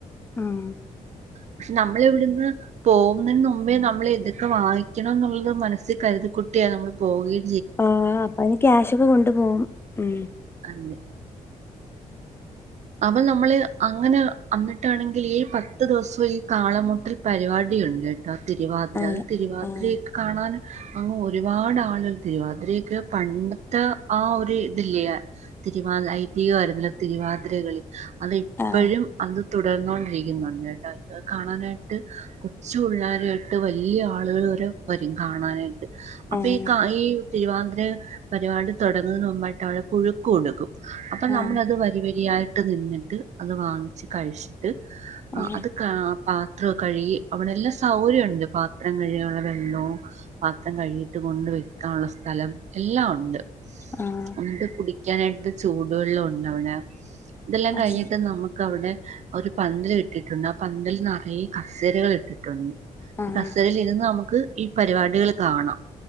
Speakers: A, on the left; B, on the right.
A: ആഹ്
B: പക്ഷെ നമ്മളിവിടുന്ന് പോവുന്നേന് മുമ്പേ നമ്മള് ഇതൊക്ക വാങ്ങിക്കണം എന്നുള്ളത് മനസ്സി കരുതിക്കൂട്ടിയാ നമ്മള് പോകെ
A: ആ അപ്പ ഇനി ക്യാഷ് ഉ കൊണ്ടു പോവും ഉം
B: അതെ അപ്പം നമ്മള് അങ്ങന അന്നിട്ടാണെങ്കിൽ ഈ പത്ത് ദിവസോം ഈ കാളമുട്ടൽ പരിപാടിയുണ്ട് തിരുവാതിര
A: ആ
B: അത് തിരുവാതിരയൊക്കെ
A: ആ
B: കാണാൻ അങ്ങങ് ഒരുപാട് ആളുകൾ തിരുവാതിരൊക്കെ പണ്ടത്തെ ആ ഒരു ഇതില്ല തിരുവാതി ഐ ടി കാര്ുന്ന തിരുവാതിര മിൽ അത് ഇപ്പോഴും
A: ആഹ്
B: അത് തുടർന്നോണ്ടിരിക്കുന്നുണ്ട് കേട്ടാ കാണാനായിട്ട് കൊച്ചു പുള്ളാരായിട്ട് വെല്ല്യ ആളുകൾ വരെ വരും കാണാനായി അപ്പേ
A: ആഹ്
B: കായി തിരുവാതിര പരിപാടി തുടങ്ങുന്ന മുമ്പായിട്ട് അവിടെ പുഴുക്ക കൊടുക്കും അപ്പൊ
A: ആഹ്
B: നമ്മൾത് വരുവേ <unintelligible> ആയിട്ട് നിന്നിട്ട് അത് വാങ്ങിച്ച് കഴിച്ചി ത് ആ
A: ആഹ്
B: അത് ക പാത്രം കഴുകി അവിടെ എല്ലാം സൗകര്യ ഉണ്ട് പാത്രം കഴിയാനുള്ള വെള്ളവും പാത്രം കഴിട്ട് കൊണ്ട് വെക്കാനുള്ള സ്ഥലം എല്ലാം ഉണ്ട്
A: ആഹ്
B: ഒണ്ട് കുടി ക്കാനായിട്ട് ചൂടു വെള്ളം ഉണ്ടാവടെ ഇതല്ലാം
A: അത്
B: കഴിഞ്ഞിട്ട്
A: ശരി
B: നമുക് അവിടെ ഒരു പന്തൽ ഇട്ടിട്ടുണ്ട് ആ പന്തല നിറയെ കസേരകൾ ഇട്ടിട്ടുണ്ട്
A: ആഹ്
B: ഈ കസരിൽരുന്ന് നമുക് ക്ക് ഈ പരിപാടികൾ കാണാം